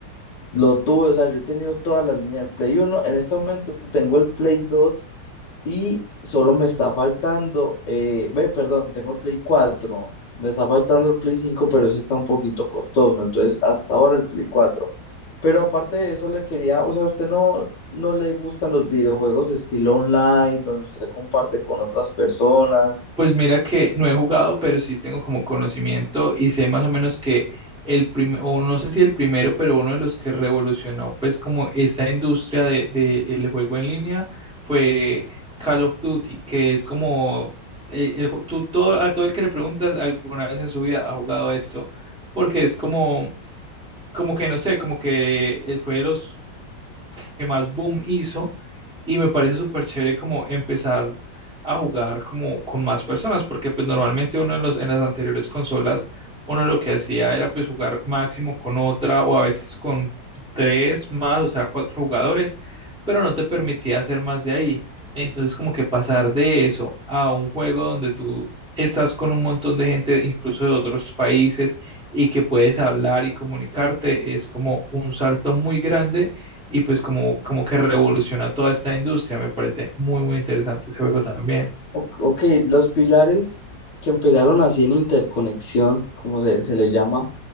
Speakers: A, on the left; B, in the centre.
A: lo tuve, o sea, yo he tenido toda la línea del Play uno en este momento tengo el Play dos y solo me está faltando, eh, ve, perdón, tengo el Play cuatro me está faltando el Play cinco pero ese está un poquito costoso, entonces hasta ahora el Play cuatro Pero aparte de eso, le quería, o sea, ¿a usted no, no le gustan los videojuegos estilo online, donde usted comparte con otras personas,
B: Pues mira que no he jugado, pero sí tengo como conocimiento y sé más o menos que el primero, o no sé si el primero, pero uno de los que revolucionó pues como esa industria de, de el juego en línea fue Call of Duty, que es como eh, el ju- tú todo, a todo el que le preguntas alguna vez en su vida ha jugado a esto, porque es como, como que no sé, como que eh, fue de los que más boom hizo y me parece súper chévere como empezar a jugar como con más personas, porque pues normalmente uno en los, en las anteriores consolas, uno lo que hacía era pues jugar máximo con otra o a veces con tres más, o sea, cuatro jugadores, pero no te permitía hacer más de ahí. Entonces como que pasar de eso a un juego donde tú estás con un montón de gente, incluso de otros países, y que puedes hablar y comunicarte, es como un salto muy grande y pues como, como que revoluciona toda esta industria. Me parece muy, muy interesante ese juego también.
A: O- Ok, los pilares que empezaron así en interconexión, como se, se les llama,